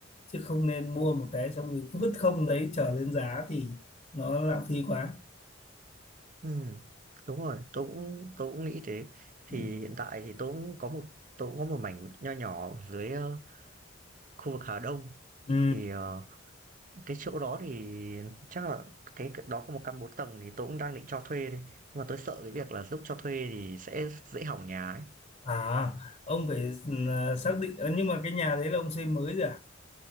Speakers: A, on the left; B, on the right.
A: chứ không nên mua một cái xong rồi cứ vứt không đấy chờ lên giá thì nó lãng phí quá
B: ừm, đúng rồi, tôi cũng tôi cũng nghĩ thế. Thì
A: Ừ.
B: hiện tại thì tôi cũng có một tôi cũng có một mảnh nho nhỏ ở dưới, ơ, khu vực Hà Đông,
A: Ừ.
B: thì, ờ Cái chỗ đó thì chắc là cái đó có một căn 4 tầng thì tôi cũng đang định cho thuê đây. Nhưng mà tôi sợ cái việc là lúc cho thuê thì sẽ dễ hỏng nhà ấy.
A: À, ông phải ừ, à, xác định ờ, nhưng mà cái nhà đấy là ông xây mới rồi à?